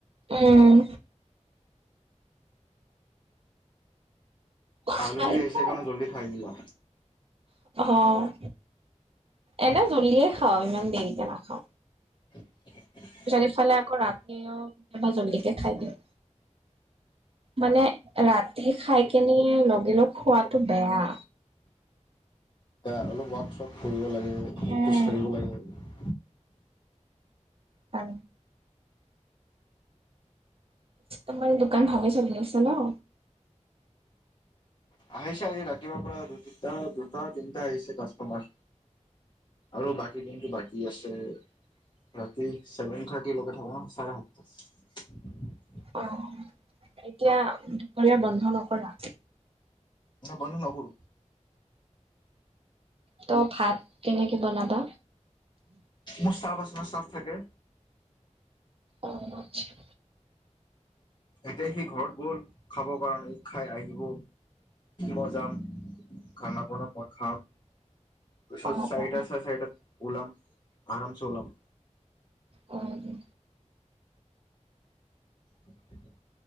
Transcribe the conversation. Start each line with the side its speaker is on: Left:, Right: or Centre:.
Right: উম। খাই
Left: আলহি আহিছে
Right: দিওঁ আৰু।
Left: কাৰণে জল্দি খাই দিলা।
Right: অ' এনেও জলদিয়ে খাও, ইমান দেৰিকে নাখাও।
Left: <unintelligible>
Right: যদিফালে আকৌ ৰাতিও কেতিয়াবা জল্দিকে খাই দিওঁ। মানে ৰাতি খাই কেনে লগে লগ খোৱাতটো বেয়া।
Left: এতিয়া অলপ ৱৰ্কশ্বপ কৰিব লাগে, খোজ
Right: উম,
Left: কাঢ়িব লাগে।
Right: অ'। তোমাৰ দোকান ভালে চলি আছে ন?
Left: আহেছা আজি ৰাতি বাপৰা দু তিনটা দুটা তিনিটা আহে কাষ্টমাৰ। আৰু বাকী দিনটো বাকী আছে। ৰাতি ছেভেন থাৰ্টিৰ লগে থাক ন চাৰে সাতটা।
Right: অ' এতিয়া দুপৰীয়া বন্ধ নকৰা।
Left: ন বন্ধ নকৰো।
Right: তই ভাত কেনেকে বনাবা?
Left: মোৰ চাফ আছে ন চাফ থাকে।
Right: অ' আচছা।
Left: এতিয়া সি ঘৰত গ'ল খাবৰ কাৰণে স খাই আহিব, মই যাম। খানা বনাম, মই খাম। তাৰপিছত
Right: অ
Left: চাইড
Right: অ
Left: আছ চাইডত ওলম, আৰাম চে ওলাম।
Right: অ'।
Left: উম।